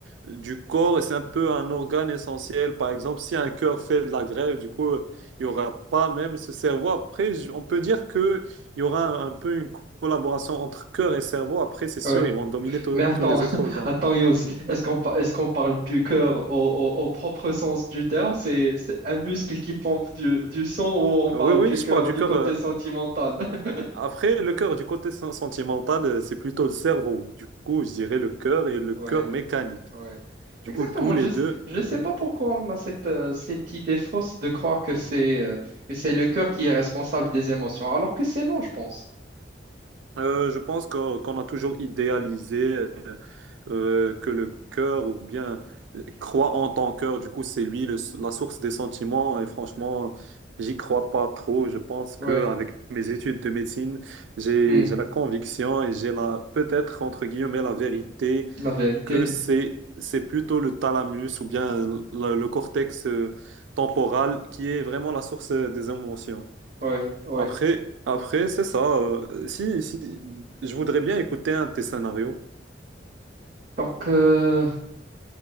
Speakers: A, on the right; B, on the right.
A: du corps et c'est un peu un organe essentiel. Par exemple, si un cœur fait de la grève, du coup, euh, il y aura pas même ce cerveau. Après, je- on peut dire que il y aura un, un peu une collaboration entre cœur et cerveau. Après, c'est sûr,
B: ouais.
A: ils vont dominer tous
B: Mais
A: tous
B: attends,
A: les
B: <laughs>
A: autres organes.
B: attends, Yous,
A: Mhm.
B: est-ce qu'on par- est-ce qu'on parle du cœur au, au- au propre sens du terme? C'est c'est un muscle qui pompe du, du sang ou on parle
A: Euh, Oui, oui,
B: du
A: je
B: cœur
A: parle du
B: du
A: cœur.
B: côté
A: euh.
B: sentimental? <laughs>
A: Après, le cœur du côté sen- sentimental, euh, c'est plutôt le cerveau. Du coup, je dirais le cœur et le
B: Ouais.
A: cœur mécanique.
B: Ouais.
A: Du
B: Exactement.
A: coup, tous les
B: Je
A: deux.
B: ne
A: Mhm.
B: sais pas pourquoi on a cette, euh, cette idée fausse de croire que c'est euh, que c'est le cœur qui est responsable des émotions, alors que c'est non, je pense.
A: Euh, je pense qu'on qu'on a toujours idéalisé. euh, euh, que le cœur ou bien euh, crois en ton cœur. Du coup, c'est lui le- la source des sentiments. Et franchement, j'y crois pas trop. Je pense que
B: Ouais.
A: avec mes études de médecine, j'ai
B: Hmm.
A: j'ai la conviction et j'ai la peut-être entre guillemets la vérité
B: La vérité.
A: que
B: <laughs>
A: c'est c'est plutôt le thalamus ou bien le, le cortex euh, temporal qui est vraiment la source euh, des émotions.
B: Ouais, ouais.
A: Après,
B: ouais.
A: après, c'est ça. euh, si, si, je voudrais bien écouter un de tes scénarios.
B: Donc, euh,